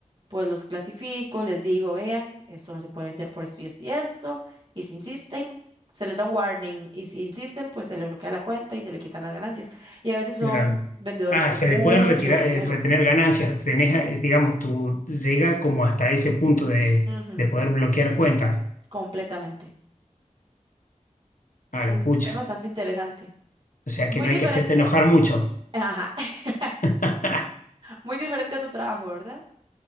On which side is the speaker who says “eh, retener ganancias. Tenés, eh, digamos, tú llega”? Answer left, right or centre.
Left